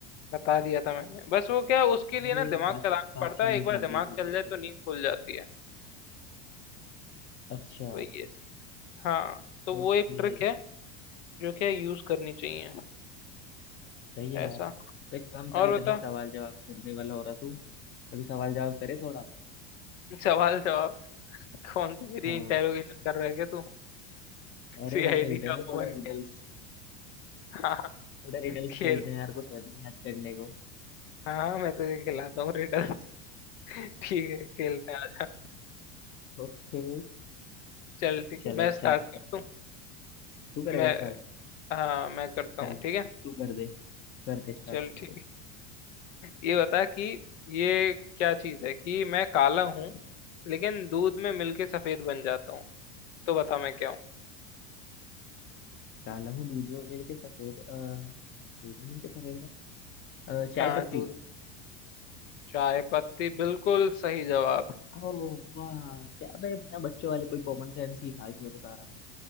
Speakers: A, on the left; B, on the left.
A: बता दिया था मैंने बस वो क्या उसके लिए
B: अरे
A: ना दिमाग
B: पाँच
A: चलाना
B: पाँच
A: पड़ता
B: छः
A: है
B: मिनट
A: एक बार
B: लग
A: दिमाग
B: गई थी
A: चल जाए तो नींद खुल जाती है
B: अच्छा
A: वही है सीन। हाँ तो वो
B: ओके
A: एक ट्रिक है जो क्या यूज करनी चाहिए
B: सही है
A: ऐसा
B: यार तो एक काम कर
A: और
B: इतने
A: बता
B: ही सवाल जवाब करने वाला हो रहा तू अभी सवाल जवाब करे थोड़ा
A: सवाल जवाब कौन सी मेरी
B: हाँ
A: इंटेरोगेशन कर रहा है क्या तू
B: अरे
A: सीआईडी
B: वो खेलते हैं
A: का
B: ना
A: वो
B: थोड़ा
A: बन
B: रिडल्स
A: के हाँ
B: थोड़ा रिडल्स
A: खेल
B: खेलते हैं यार कुछ है भी नहीं आज करने को
A: हाँ हाँ मैं तुझे खिलाता हूँ रिडल्स ठीक है खेलते हैं, आजा
B: ओके
A: चल ठीक
B: चल
A: है मैं
B: अच्छा
A: स्टार्ट
B: अ,
A: करता हूँ
B: तू करेगा
A: मैं
B: स्टार्ट
A: हाँ मैं करता
B: चल
A: हूँ ठीक है
B: तू कर दे कर दे स्टार्ट
A: चल
B: कर दे
A: ठीक है ये बता कि ये क्या चीज है कि मैं काला हूँ लेकिन दूध में मिलके सफेद बन जाता हूँ तो बता मैं क्या हूँ
B: काला हूँ दूध में मिलके सफेद अ, दूध में मिलके सफेद अ, चाय
A: हाँ
B: पत्ती
A: दूध चाय पत्ती बिल्कुल सही जवाब
B: ओ वाह क्या भाई क्या बच्चों वाले कोई कॉमन सेंस ही था इसमें तो सारा